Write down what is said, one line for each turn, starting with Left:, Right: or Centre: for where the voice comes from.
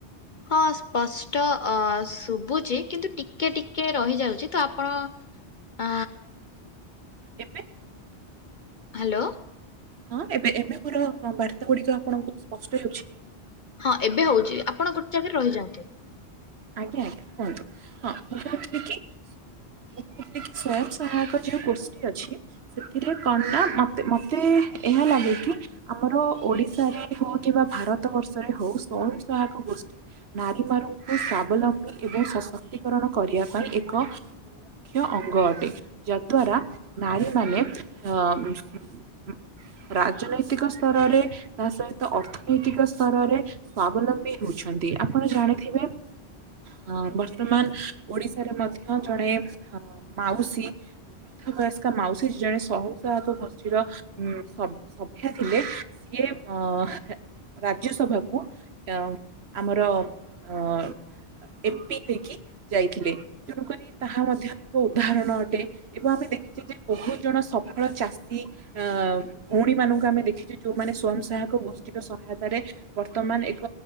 Left: ହଁ ସ୍ପଷ୍ଟ ଅ ଶୁଭୁଛି, କିନ୍ତୁ ଟିକେ ଟିକେ ରହିଯାଉଛି ତ ଆପଣ ଆ
Right: କେବେ?
Left: ହାଲୋ।
Right: ହଁ ଏବେ ଏବେ ମୋର ବାର୍ତ୍ତା ଗୁଡିକ ଆପଣଙ୍କୁ ସ୍ପଷ୍ଟ ହେଉଛି?
Left: ହଁ ଏବେ ହଉଛି। ଆପଣ ଗୋଟେ ଜାଗାରେ ରହିଯାନ୍ତୁ।
Right: ଆଜ୍ଞା ଆଜ୍ଞା। କୁହନ୍ତୁ। ହଁ ମୁଁ କହୁ ଥିଲି କି ମୁଁ କହୁଥିଲି କି ସ୍ଵୟଂ ସହାୟକ ଯୋଉ ଗୋଷ୍ଠୀ ଅଛି ସେଥିରେ କଣ ଟା ମତେ ମତେ ଏହା ଲାଗେ କି ଆମର ଓଡିଶାରେ ହଉ କିମ୍ବା ଭାରତ ବର୍ଷରେ ହଉ, ସ୍ଵୟଂ ସହାୟକ ଗୋଷ୍ଠୀ ନାରୀ ମାନଙ୍କୁ ସଵାବଲମ୍ବୀ ଏବଂ ସଶକ୍ତିକରଣ କରିବା ପାଇଁ ଏକ ମୁଖ୍ୟ ଅଙ୍ଗ ଅଟେ। ଯଦ୍ଵାରା ନାରୀମାନେ ହଁ। ରାଜନୈତିକ ସ୍ତରରେ, ତା ସହିତ ଅର୍ଥନୈତିକ ସ୍ତରରେ ସ୍ଵାବଲମ୍ବୀ ହଉଛନ୍ତି। ଆପଣ ଜାଣିଥିବେ ଅ ବର୍ତ୍ତମାନ ଓଡିଶାରେ ମଧ୍ୟ ଜଣେ ଅ ମାଉସୀ ବୟସ୍କା ମାଉସୀ ଜଣେ ସହସହାୟକ ଗୋଷ୍ଷୀର ଉ ସଭ୍ୟା ଥିଲେ ସିଏ ଅ ରାଜ୍ୟସଭାକୁ ଅ ଆମର ଅ ଏପି ହେଇକି ଯାଇଥିଲେ। ତେଣୁକରି ତାହା ମଧ୍ୟ ଏକ ଉଦାହରଣ ଅଟେ। ଏବଂ ଆମେ ଦେଖିଛୁ ଯେ ବହୁତ ଜଣ ସଫଳ ଚାଷୀ ଅ ଭଉଣୀ ମାନଙ୍କୁ ଆମେ ଦେଖିଛେ ଯୋଉମାନେ ସ୍ଵୟଂ ସହାୟକ ଗୋଷ୍ଠୀର ସହାୟତାରେ ବର୍ତ୍ତମାନ ଏକ